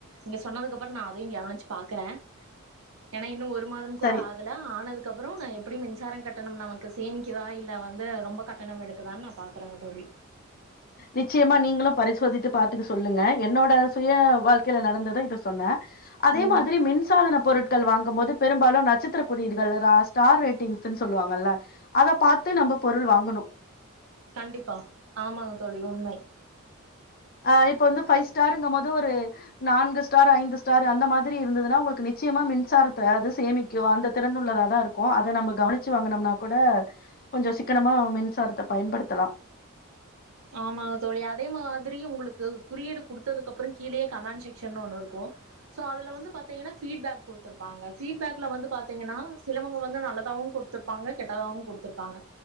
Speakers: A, on the right; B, on the left.
A: நீங்க சொன்னதுக்கு அப்பற நா அதையு கவனிச்சு பாக்குறே ஏன்னா இன்னு ஒரு ரு மாத
B: சரி
A: கூட ஆகல ஆனதுக் அதுகப்பற நா எப்புடி மின்சார கட்டணம் நமக்கு சேமிக்கிதா இல்ல வந்து ரொம்ப கட்டண இழுக்கு தானு நா பாக் <unintelligible> தோழி
B: நிச்சியமா நீங்களு பரிசோதித்து பாத்துக்கு சொல்லுங்க என்னோட சுய வாழ்கையில நடந்தத இத சொன்ன அதே
A: ம்
B: மாதிரி மின்சாதன பொருட்கள் வாங் கும்போது பெரும்பாலு நட்சத்திர குறியீடுகள் ரா ஸ்டார் ரேட்டிங்ஸ்ன்னு சொல்லுவாங்கள அத பாத்து நம்ப பொருள் வாங்கணு
A: கண்டிப்பா ஆமாங்க தோழி உண்மை
B: ஆ இப்ப வந்து ஃபைவ் ஸ்டாருங்கும்போது ஒரு நான்கு ஸ்டார் ஐந்து ஸ்டார் அந்த மாதிரி இருந்துதுன்னா உங்களுக்கு நிச்சியமா மின்சாரத்த அது சேமிக்கு அந்த திறன்னுள்ளதா தா இருக்கு அத நம்ம கவனிச்சு வாங்குனம்னா கூட கொஞ்ச சிக்கனமா மின்சாரத்த பயன்படுத்தலா
A: ஆமாங்க தோழி அதே மாதிரி உங்களுக்கு குறியீடு குடுத்ததுக்கப்பற கீழேயே கமண்ட் செக்ஷன்னு ஒன்னு இருக்கு சோ அதுல வந்து பாத்தீங்கன்னா ஃபீட்பேக் குடுத்துருப்பாங்க ஃபீட்பேக்ல வந்து பாத்தீங்கன்னா சிலவங்க வந்து நல்லதாவு குடுத்திருப்பாங்க கெட்டதாவு குடுத்துருக்காங்க